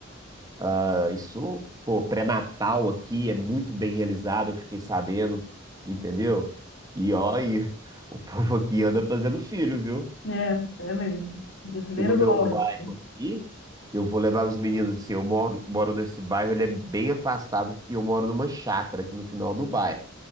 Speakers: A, on the right; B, on the left.
A: ah, isso, pô, pré-natal aqui é muito bem realizado, eu fiquei sabendo, entendeu? E ó, e <laughs> o povo aqui anda fazendo filho, viu?
B: É, é mesmo. Brasileiro
A: que no meu
B: gosta.
A: bairro aqui, eu vou levar os meninos assim, eu moro, moro nesse bairro, ele é bem afastado e eu moro numa chácara aqui no final do bairro.